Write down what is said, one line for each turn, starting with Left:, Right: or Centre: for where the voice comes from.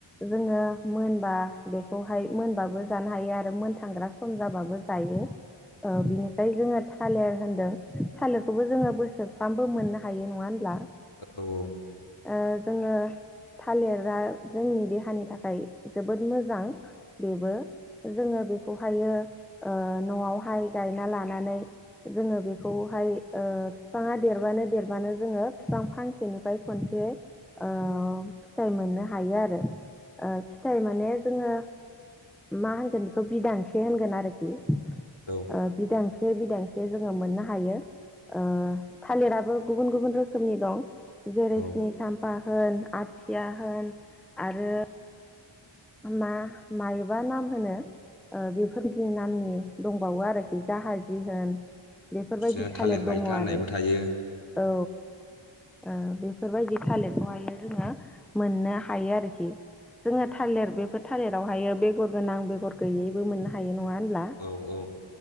Centre: जोङो मोनबा बेखौहाय मोनबाबो जानो हायो आरो मोन थांग्रा सम जाबाबो जायो। ओ बिनिफ्राय जोङो थालिर होनदों थालिर बेखौबो जोङो बोसोरफ्रामबो मोननो हायो नङा होनब्ला?
Left: औ औ
Centre: ओ जोङो थालिरा जोंनि देहानि थाखाय जोबोद मोजां बेबो जोङो बेखौ हायो ओ नआवहाय गायना लानानै जोङो बेखौहाय ओ बिफाङा देरबानो देरबानो जोङो बिफां फांसेनिफ्राय खनसे ओ फिथाइ मोननो हायो आरो। ओ फिथाइ माने जोङो मा होनगोन बेखौ बिदां गोन आरोखि ओ
Left: औ
Centre: बिदांसे -बिदांसे जोङो मोननो हायो ओ थालिराबो गुबुन गुबुन रोखोमनि दं जेरै
Left: औ
Centre: स्नि साम्फा होन आथिया होन आरो मा मायोबा नाम होनो ओ बेफोरबायदि नामनि दंबावो आरोखि जाहाजि होन बेफोरबायदि
Left: बिदिनो
Centre: थालिर
Left: हायथा
Centre: दङ
Left: होननायबो
Centre: आरो। औ,
Left: थायो औ
Centre: ओ बेफोरबायदि थालिरखौ हायो जोङो मोननो हायो आरोखि जोङो थालिर बे बेफोर थालिरावहायो बेगर गोनां बेगर गैयैबो मोननो हायो
Left: औ
Centre: नङा होनब्ला?
Left: औ औ